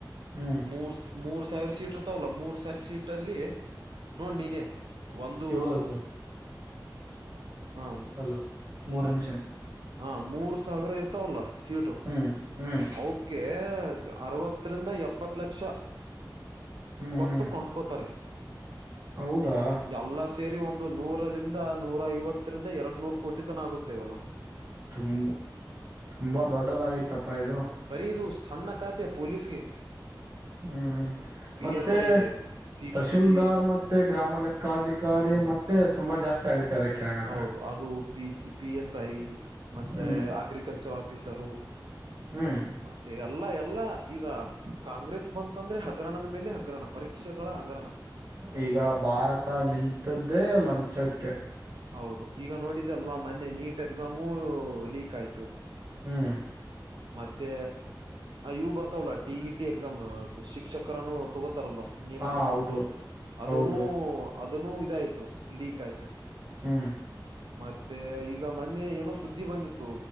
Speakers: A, on the right; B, on the right.
A: ಹ್ಮ್
B: ಮೂರ್ ಮೂರ್ ಸಾವಿರ ಸೀಟ್ ಇರ್ತಾವಲ್ಲ ಮೂರ್ ಸಾವಿರ ಸೀಟ್ ಅಲ್ಲಿ ನೋಡ್ ನೀನೇ ಒಂದು..
A: ಏಳು ಹದಿನೇಳು
B: ಹ
A: ಹಾಲೋ ಮೂರನ್ಮಿಷನ್
B: ಹಾ ಮೂರ್ ಸಾವಿರ ಇರ್ತಾವಲ್ಲ ಸೀಟು
A: ಹ್ಮ್ ಹ್ಮ್
B: ಅವುಕೆ ಅರವತ್ತರಿಂದ ಎಪ್ಪತ್ ಲಕ್ಷ
A: ಹ್ಮ್
B: ಕೊಟ್ಟು
A: ಹ್ಮ್
B: ಕೊಂಡ್ಕೋತಾರೆ.
A: ಹೌದಾ
B: ಎಲ್ಲ ಸೇರಿ ಒಂದು ನೂರರಿಂದ ನೂರ ಐವತ್ತರಿಂದ ಎರಡ್ ನೂರು ಕೋಟಿ ತನ ಆಗುತ್ತೇ ಇವೇಲ್ಲ
A: ತುಂಬ ತುಂಬಾ ದೊಡ್ಡದಾಗೈತಪ್ಪ ಇದು.
B: ಬರೀ ಇದು ಸಣ್ಣ ಖಾತೆ ಪೊಲೀಸ್ಗೆ
A: ಹ್ಮ್ ಹ್ಮ್
B: ಪಿ
A: ಮತ್ತೆ
B: ಎಸ್ ಐ ಇದೆ ಸಿ
A: ತಹಶೀಲ್ದಾರ್
B: ಸಿ
A: ಮತ್ತೆ ಗ್ರಾಮ ಲೆಕ್ಕಾಧಿಕಾರಿ ಮತ್ತೆ ತುಂಬಾ ಜಾಸ್ತಿ ಆಗತ್ತೆ ಅದಕ್ಕೆ. ಹಾಗಾದ್ರೆ
B: ಹೌದು ಅದು P C, P, S, I, ಮತ್ತೆ
A: ಹ್ಮ್
B: ಅಗ್ರಿಕಲ್ಚರ್ ಆಫ್ ಹಟ್ಟಿಸರು <unintelligible>
A: ಹ್ಮ್
B: ಮತ್ತೆ ಎಲ್ಲ ಎಲ್ಲಾ ಈಗ ಕಾಂಗ್ರೆಸ್ ಬಂತಂದ್ರೆ ಹಗರಣದ ಮೇಲೆ ಹಗರಣ ಪರೀಕ್ಷೆಗಳ ಹಗರಣ
A: ಈಗ ಭಾರತ ನಿಂತದ್ದೇ ಲಂಚಕ್ಕೆ.
B: ಹೌದು ಈಗ ನೋಡಿದಲ್ವಾ ಮೊನ್ನೆ ನೀಟ್ ಎಕ್ಸಾಮು ಲೀಕ್ ಆಯ್ತು.
A: ಹ್ಮ್
B: ಮತ್ತೆ ಇವು ಬರ್ತಾವಲ್ಲ ಟಿ. ಇ. ಟಿ. ಎಕ್ಸಾಮ್ ಶಿಕ್ಷಕರನು ತಗೋತಾರಲ್ವಾ ನೇಮಕ
A: ಹಾ ಹೌದು
B: ಮಾಡ್ತಾರಲ್ಲ ಅದನ್ನು
A: ಹೌದು
B: ಅದನ್ನುಇದಾಯ್ತು ಲೀಕ್ ಆಯ್ತು
A: ಹ್ಮ
B: ಮತ್ತೆ ಈಗ ಮೊನ್ನೆ ಏನೋ ಸುದ್ದಿ ಬಂದಿತ್ತು